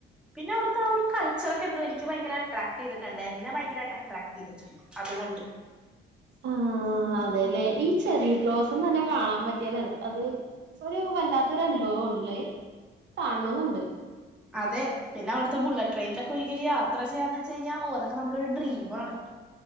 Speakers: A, in the centre; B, on the right (about 65°).
A: പിന്നെ അവട് തവു കൾച്ചറൊക്കെ എന്തോ എനിക്ക് ഭയങ്കര അട്രാക്റ്റ് ചെയ്തിട്ടുണ്ട് എന്നെ ഭയങ്കരായിട്ട് അട്രാക്റ്റ് ചെയ്തിട്ടുണ്ട് അതുകൊണ്ട്.
B: ആ അതെലേ ഈ ചെറി ബ്ലോസം തെ ന്നെ കാണാൻ പറ്റിയെല് അത് ഒരു വല്ലാത്തൊരു അനുഭവണലേ കാണണന്നുണ്ട്.
A: അതെ പിന്നെ അവിടുത്തെ ബുള്ളറ്റ് ട്രെയിനിലൊക്കെ ഒരിക്കല് യാത്ര ചെയ്യാന്ന് വെച്ച് കഴിഞ്ഞാൽ ഓതൊക്കെ നമ്മടെ ഒരു ഡ്രീമാണ്.